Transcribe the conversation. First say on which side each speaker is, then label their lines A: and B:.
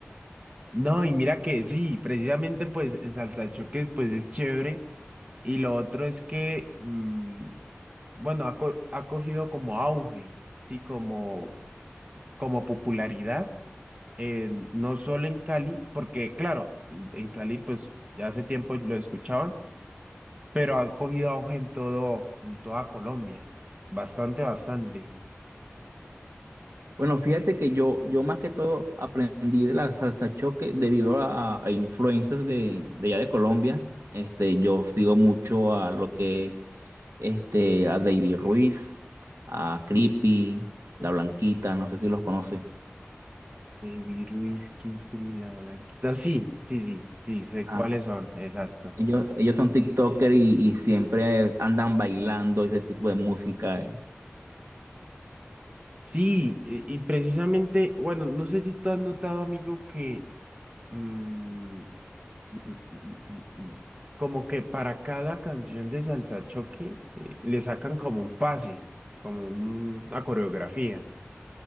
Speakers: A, on the right; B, on the right.
A: No, y mira que sí, precisamente pues el saltachoques pues es chévere y lo otro es que, mm, bueno, ha, co- ha cogido como auge, sí, como, como popularidad, en- no solo en Cali, porque claro, en Cali pues ya hace tiempo lo escuchaban, pero ha cogido auge en todo, en toda Colombia, bastante, bastante.
B: Bueno, fíjate que yo, yo más que todo aprendí de la salsa choque debido a, a influencers de, de allá de Colombia. Este, yo sigo mucho a lo que es este, a David Ruiz, a Creepy, La Blanquita, no sé si los conoces.
A: Baby Ruiz, Kikri, La Blanquita, sí, sí, sí, sí, sé
B: Ah,
A: cuáles son, exacto.
B: Ellos, ellos son TikTokers y, y siempre andan bailando ese tipo de música. eh.
A: Sí, y y precisamente, bueno, no sé si tú has notado, amigo, que mm, mm, mm, mm, mm, mm, como que para cada canción de salsa choque eh, le sacan como un pase, como un- una coreografía.